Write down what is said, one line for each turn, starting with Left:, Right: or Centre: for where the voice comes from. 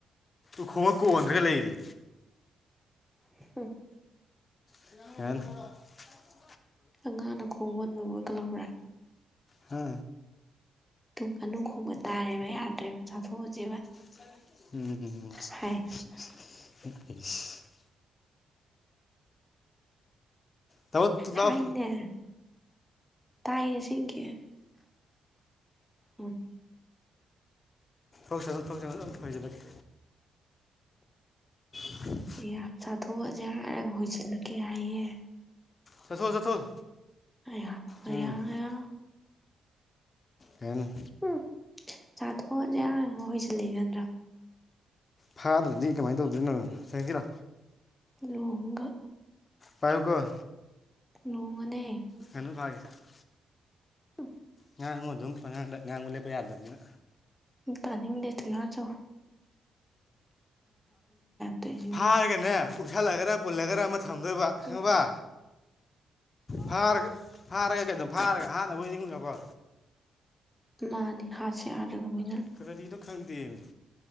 Left: ꯎꯈꯣꯡ ꯀꯣꯟꯗꯅꯒ ꯂꯩꯔꯤ
Centre: ꯍꯝ
Left: <unintelligible>
Centre: ꯑꯉꯥꯡꯅ ꯈꯣꯡꯕ ꯅꯨꯒꯜꯂꯕ꯭ꯔꯥ
Left: ꯍꯥ
Centre: ꯇꯨ ꯉꯅꯨ ꯈꯣꯡꯕ ꯇꯥꯔꯦꯕ ꯌꯥꯗ꯭ꯔꯦꯕ ꯆꯥꯊꯣꯛꯑꯁꯦꯕ
Left: ꯍꯝ
Centre: ꯍꯥꯏ
Left: <inaudible> ꯇꯥꯃꯣ ꯂꯥꯎ
Centre: ꯍꯥꯏꯅꯦ ꯇꯥꯏꯌꯦ ꯑꯁꯦꯡꯒꯤ ꯎꯝ
Left: ꯔꯣꯛꯁꯅꯨ ꯊꯣꯛꯁꯅꯨ ꯑꯗꯨꯝ ꯍꯣꯏꯖꯜꯂꯒꯦ ꯎ <unintelligible>
Centre: ꯑꯌꯥ ꯆꯥꯊꯣꯛꯑꯁꯦ ꯍꯥꯏꯔꯒ ꯍꯣꯏꯁꯤꯜꯂꯛꯀꯦ ꯍꯥꯏꯌꯦ
Left: ꯆꯠꯊꯣꯛ ꯆꯠꯊꯣꯛ
Centre: ꯑꯌꯥ ꯑꯌꯥ
Left: ꯎꯝ
Centre: ꯑꯌꯥ
Left: ꯑꯦꯟ
Centre: ꯎꯝ ꯆꯥꯊꯣꯛꯑꯁꯤ ꯍꯥꯢꯔꯒ ꯍꯣꯏꯁꯤꯜꯂꯛꯏ ꯅꯠꯇꯔꯣ
Left: ꯐꯥꯗ꯭ꯔꯗꯤ ꯀꯃꯥꯏꯅ ꯇꯧꯗꯣꯏꯅꯣ ꯆꯪꯖꯤꯜꯂꯣ
Centre: ꯂꯨꯍꯣꯡꯒ
Left: ꯄꯥꯏꯌꯨꯀꯣ
Centre: ꯅꯣꯅꯦ <inaudible>
Left: ꯉꯥꯅꯨꯐꯥꯏ <inaudible>
Centre: ꯑ <inaudible>
Left: ꯉꯥꯡꯉꯨ ꯑꯗꯨꯝ ꯄꯪꯉꯥꯡꯗ ꯉꯥꯡꯉꯨ ꯂꯦꯞꯄ ꯌꯥꯗꯕꯅꯤꯅ
Centre: ꯇꯥꯅꯤꯡꯗꯦ ꯊꯨꯅꯆꯧ ꯇꯧꯏꯁꯤꯕꯨ
Left: ꯐꯥꯔꯒꯅꯦ ꯎꯞꯁꯜꯂꯒꯔ ꯄꯨꯜꯂꯒꯔ ꯊꯝꯗꯣꯏꯕ ꯈꯪꯉꯥꯕ
Centre: ꯎꯝ
Left: ꯐꯥꯔꯒ ꯐꯥꯔꯒ ꯀꯩꯅꯣ ꯐꯥꯔꯒ ꯍꯥꯠꯅꯕ ꯑꯣꯅ ꯅꯤꯡꯉꯨꯔꯕꯣ
Centre: ꯃꯥꯅꯦ ꯍꯥꯠꯁꯦ ꯌꯥꯗꯔꯝꯅꯤꯅ
Left: ꯀꯔꯤꯅꯣ ꯈꯪꯗꯦꯃꯦ